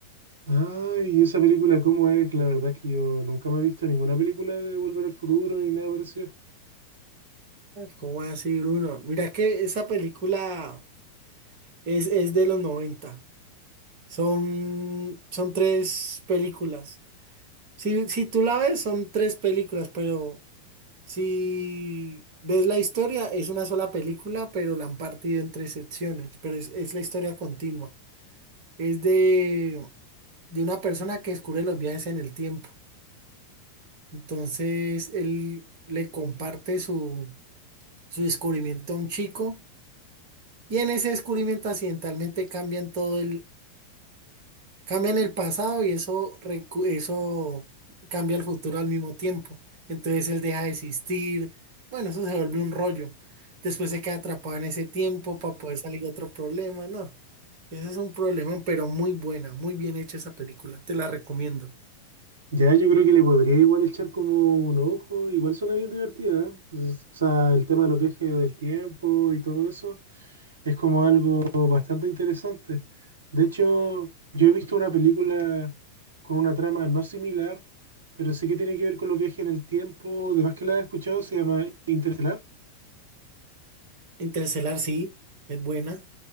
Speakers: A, on the right; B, on the right.
A: Ay, ¿y esa película cómo es? La verdad que yo nunca me he visto ninguna película de Volver al Futuro ni nada parecido.
B: ¿Cómo así, Bruno? Mira que esa película es, es de los 90. Son, son tres películas. Si, si tú la ves, son tres películas, pero Si ves la historia, es una sola película, pero la han partido en tres secciones, pero es, es la historia continua. Es de, de una persona que descubre los viajes en el tiempo. Entonces, él le comparte su, su descubrimiento a un chico y en ese descubrimiento accidentalmente cambian todo cambian el pasado y eso, recu- eso cambia el futuro al mismo tiempo. Entonces él deja de existir. Bueno, eso se vuelve un rollo. Después se queda atrapado en ese tiempo para poder salir de otro problema. No, ese es un problema, pero muy buena, muy bien hecha esa película. Te la recomiendo.
A: Ya, yo creo que le podría igual echar como un ojo, igual suena bien divertida, ¿eh? Pues, o sea, el tema de los viajes del tiempo y todo eso. Es como algo bastante interesante. De hecho, yo he visto una película con una trama no similar, pero sí que tiene que ver con los viajes en el tiempo. Además que la he escuchado, se llama Interestelar.
B: Interestelar sí, es buena.